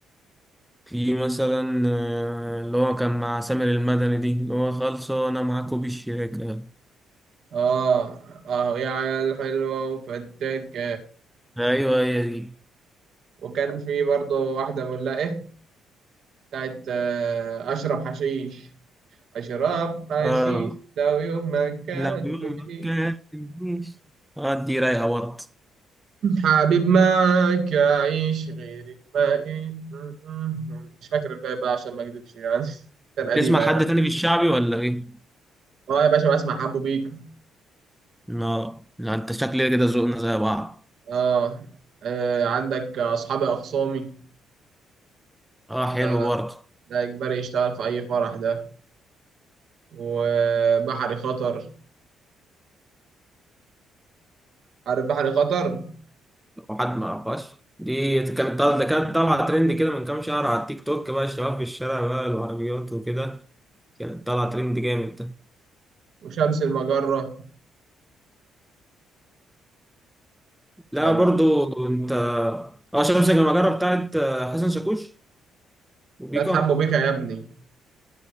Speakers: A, in the centre; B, on the right (about 65°).
A: في مثلا آه، اللي هو كان مع سامر المدني دي اللي هو خلصوا انا معاكوا بالشراكة
B: آه آه يا عيال حلوة وفتاك
A: ايوه هي دي
B: وكان في برضه واحدة بقول لها إيه بتاعت آه، أشرب حشيش أشرب حشيش
A: اه
B: لو يوم ما كلمني
A: لو يوم ما كاتبنيش اه دي رايقة برضه
B: حبيب معاك أعيش غيرك ما إيه م- م- مش فاكر الباقي بقى عشان ما أكدبش يعني <laughs> كان
A: بتسمع
B: قديمة يعني
A: حد تاني في الشعبي ولا ايه؟
B: أه يا باشا بسمع حمو بيك
A: لا لا انت شكلي كده ذوقنا زي بعض
B: أه آه، عندك أصحابي أخصامي
A: اه
B: ده
A: حلو برضه
B: ده إجباري يشتغل في أي فرح ده وبحري خطر عارف بحري خطر
A: لو حد ما عرفهاش دي كانت طالعة ده كانت طالعة ترند كده من كام شهر على التيك توك بقى الشباب في الشارع بقى العربيات وكده كانت طالعة ترند جامد
B: وشمس المجرة شمس
A: لا برضو انت اه شمس المجرة بتاعت آه، حسن شاكوش وبيكا
B: بتاعت حمو بيكا يا ابني